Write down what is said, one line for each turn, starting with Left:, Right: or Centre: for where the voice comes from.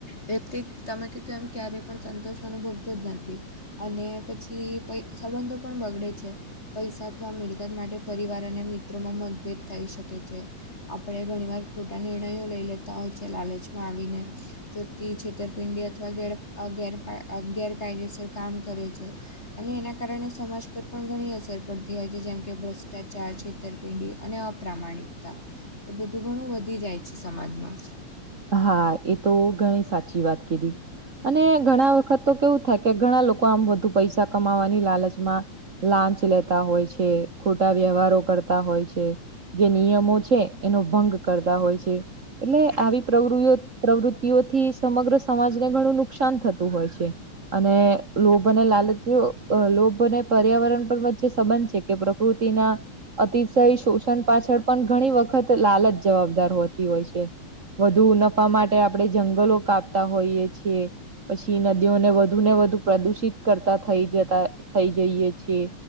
Left: વ્યક્તિ તમે કીધું એમ ક્યારેય પણ સંતોષ અનુભવતો જ નથી. અને પછી <unintelligible> સંબંધો પણ બગડે છે. પૈસા અથવા મિલકત માટે પરિવાર અને મિત્રોમાં મતભેદ થઈ શકે છે. આપણે ઘણી વાર ખોટા નિર્ણયો લઈ લેતા હોય છે લાલચમાં આવીને. <unintelligible> છેતરપિંડી અથવા ગેર અ ગેર ગેરકાયદેસર કામ કરે છે. અને એના કારણે સમાજ પર પણ ઘણી અસર પડતી હોય છે જેમ કે ભ્રષ્ટાચાર છેતર પીંડી અને અપ્રામાણિકતા એ બધું ઘણું વધી જાય છે સમાજમાં.
Right: હા એ તો ઘણી સાચી વાત કીધી અને ઘણા વખત તો કેવું થાય કે ઘણા લોકો આમ વધુ પૈસા કમાવાની લાલચમાં લાંચ લેતા હોય છે ખોટા વ્યવહારો કરતા હોય છે જે નિયમો છે એનો ભંગ કરતા હોય છે એટલે આવી પ્રવૃ પ્રવૃતિઓથી સમગ્ર સમાજને ઘણું નુકસાન થતું હોય છે. અને લોભ અને લાલચઓ લોભ અને પર્યાવરણ પણ વચ્ચે સંબંધ છે કે પ્રકૃતિના અતિશય શોષણ પાછળ પણ ઘણી વખત લાલચ જવાબદાર હોતી હોય છે. વધુ નફા માટે આપણે જંગલો કાપતા હોઈએ છીએ. પછી નદીઓને વધુ ને વધુ પ્રદુષિત કરતા થઈ જતા થઈ જઈએ છીએ.